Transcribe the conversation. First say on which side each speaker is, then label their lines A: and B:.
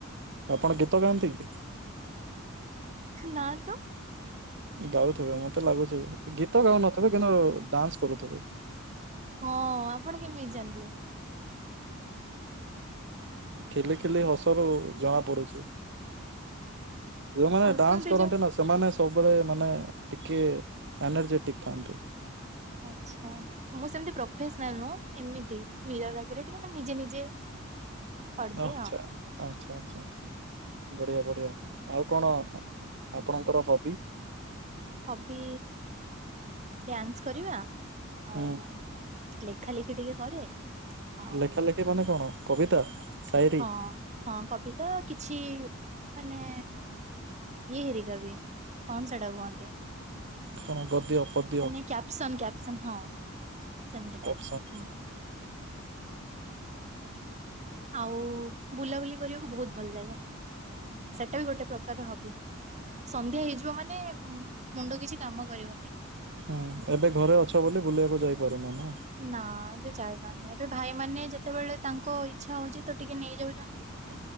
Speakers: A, on the right (about 60°); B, on the right (about 35°).
A: ଆପଣ ଗୀତ ଗାଆନ୍ତି କି?
B: ନା ତ।
A: ଗାଉଥିବେ ମତେ ଲାଗୁଛି ଗୀତ ଗାଉନଥିବେ କିନ୍ତୁ ଡାନ୍ସ କରୁଥିବେ।
B: ହଁ ଆପଣ କେମିତି ଜାଣିଲେ?
A: ଖିଲି ଖିଲି ହସରୁ ଜଣା ପଡୁଛି ଯଉମାନେ
B: ହସନ୍ତି
A: ଡାନ୍ସ କରନ୍ତି
B: ଯୋଉ
A: ନା ସେମାନେ ସବୁବେଳେ ମାନେ ଟିକେ ଏନର୍ଜେଟିକ ଥାଆନ୍ତି।
B: ଆଚ୍ଛା। ମୁଁ ସେମିତି ପ୍ରଫେସନାଲ ନୁହଁ ଏମିତି ମିରର ଆଗିରେ ଟିକେ ମୁ ନିଜେ ନିଜେ କରିଦିଏ
A: ଭା ଆଚ୍ଛା।
B: ଆଉ
A: ଆଚ୍ଛା ଆଚ୍ଛା ବଢ଼ିଆ ବଢ଼ିଆ, ଆଉ କଣ ଆପଣଙ୍କର ହବି?
B: ହବି ଡ୍ୟାନ୍ସ କରିବା ଆଉ
A: ହୁଁ
B: ଲେଖା ଲେଖି ଟିକେ କରେ। ଆଉ
A: ଲେଖା ଲେଖି ମାନେ କଣ କବିତା? ସାଇରୀ
B: ହଁ ହଁ କବିତା କିଛି ମାନେ ଇଏ ହେରିକା ବି କଣ ସେଇଟାକୁ କୁହନ୍ତି?
A: କଣ ଗଦ୍ୟ ପଦ୍ୟ
B: ମାନେ କ୍ୟାପସନ କ୍ୟାପସନ ହଁ ସେମିତିଟା।
A: ସ
B: ହୁଁ ଆଉ ବୁଲାବୁଲି କରିବାକୁ ବହୁତ ଭଲ ଲାଗେ। ସେଟା ବି ଗୋଟେ ପ୍ରକାର ହବି। ସନ୍ଧ୍ୟା ହେଇଯିବ ମାନେ ମୁଣ୍ଡ କିଛି କାମ କରିବନି।
A: ହୁଁ ଏବେ ଘରେ ଅଛ ବୋଲି ବୁଲିବାକୁ ଯାଇପାରୁନ ନା।
B: ନା ଏବେ ଯାଇପାରୁନି ଏବେ ଭାଇ ମାନେ ଯେତେବେଳେ ତାଙ୍କ ଇଚ୍ଛା ହଉଛି ତ ଟିକେ ନେଇଯାଉଛ
A: ହ